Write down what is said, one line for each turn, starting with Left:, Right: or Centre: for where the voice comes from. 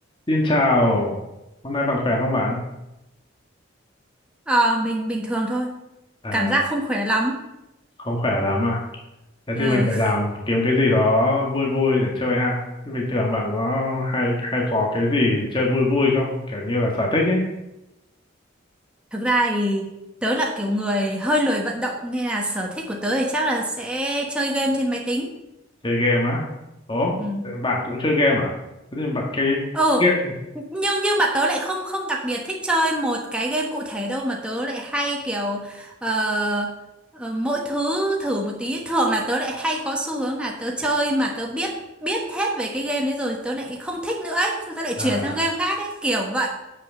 Left: Xin chào, hôm nay bạn khỏe không bạn?
Centre: Ờ, mình bình thường thôi,
Left: À,
Centre: cảm giác không khỏe lắm.
Left: không khỏe lắm à? Thế
Centre: Ờ,
Left: thì mình phải
Centre: <laughs>
Left: làm kiếm cái gì đó vui vui để chơi ha. Thế bình thường bạn có hay hay có cái gì chơi vui vui không? Kiểu như là sở thích ấy,
Centre: Thực ra thì tớ là kiểu người hơi lười vận động nên là sở thích của tớ thì chắc là sẽ chơi game trên máy tính.
Left: chơi game á. Ồ,
Centre: Ừ.
Left: thế bạn cũng chơi game à? Thế thì bạn cái
Centre: Ừ.
Left: game
Centre: Nhưng nhưng mà tớ lại không không đặc biệt thích chơi một cái game cụ thể đâu mà tớ lại hay kiểu ờ, ờ, mỗi thứ thử một tí. Thường là tớ lại hay có xu hướng là tớ chơi mà tớ biết biết hết về cái game đấy rồi tớ lại không thích nữa ấy, xong tớ lại chuyển
Left: à
Centre: sang game khác ấy, kiểu vậy.